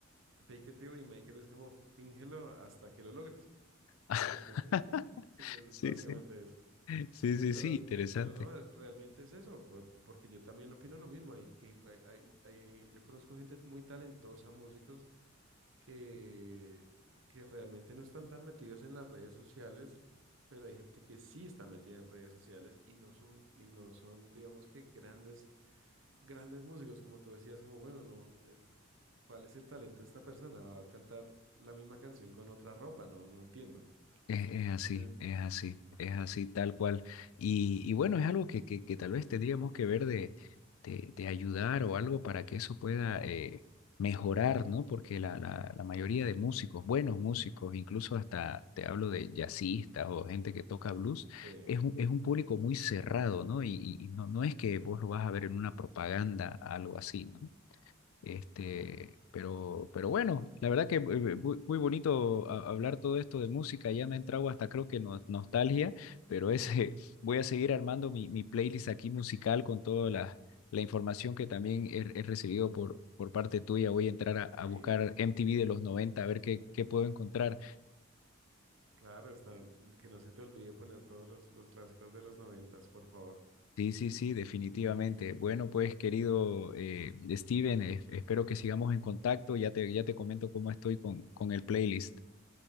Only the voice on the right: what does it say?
Fake it till you make it es como fíngelo hasta que lo logres.
Entonces, sí, es
básicamente
eso.
Pero,
pero no, eh, realmente es eso, po- porque yo también opino lo mismo. Hay que, hay, hay- hay- yo conozco gente muy talentosa, músicos, que, que realmente no están tan metidos en las redes sociales, pero hay gente que sí está metida en redes sociales y no son, y no son, digamos que grandes, grandes músicos, como tú decías, como bueno, no. eh, ¿Cuál es el talento de esta persona? Va a cantar la misma canción con otra ropa, no, no entiendo.
Sí,
sí,
no.
Sí,
claro, está, que no se te olvide poner todos los, los clásicos de los noventas, por favor.